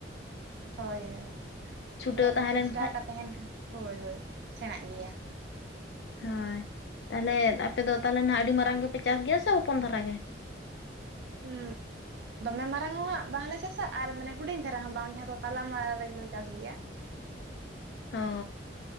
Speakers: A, on the right (about 65°); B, on the left (about 65°).
A: ᱦᱳᱭ ᱦᱳᱭ
B: ᱪᱷᱩᱴᱟᱹᱣ
A: ᱢᱟᱱᱮ
B: ᱛᱟᱦᱮᱸ
A: ᱪᱮᱥᱴᱟ
B: ᱞᱮᱱ ᱠᱷᱟᱡ
A: ᱟᱠᱟᱫ ᱛᱟᱦᱮᱱ ᱠᱷᱟᱱ ᱦᱳᱭ ᱦᱳᱭ ᱥᱮᱬᱟᱜ ᱜᱮᱭᱟ
B: ᱦᱳᱭ ᱛᱟᱦᱚᱞᱮ ᱟᱯᱮ ᱫᱚ ᱛᱟᱦᱚᱞᱮ ᱱᱟᱦᱟᱜ ᱟᱹᱰᱤ ᱢᱟᱨᱟᱝ ᱜᱮᱯᱮ ᱪᱟᱥ ᱜᱮᱭᱟ ᱥᱮ ᱦᱚᱯᱚᱱ ᱫᱷᱟᱨᱟ ᱜᱮ?
A: ᱦᱩᱸ ᱫᱚᱢᱮ ᱢᱟᱨᱟᱝ ᱦᱚᱸ ᱦᱟᱸᱜ ᱵᱟᱝᱞᱮ ᱪᱟᱥᱟ ᱟᱨ ᱢᱟᱱᱮ ᱦᱩᱰᱤᱧ ᱫᱷᱟᱨᱟ ᱦᱚᱸ ᱵᱟᱝ ᱡᱟᱦᱟᱸ ᱫᱚ ᱛᱟᱞᱟ ᱢᱟᱞᱟ ᱨᱮᱜᱮᱞᱮ ᱪᱟᱥ ᱜᱮᱭᱟ᱾
B: ᱚ